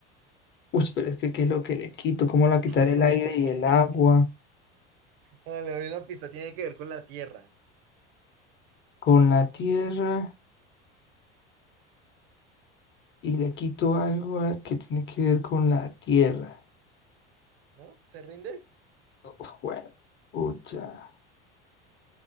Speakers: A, on the left; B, on the right.
A: Uy, pero es que ¿qué es lo que le quito? ¿Cómo le quitaré
B: <laughs>
A: el aire y el agua?
B: Vale, le doy una pista, tiene que ver con la tierra,
A: Con la tierra. Y le quito algo a- que tiene que ver con la tierra.
B: ¿no? ¿Se rinde?
A: Uf, bueno, pucha.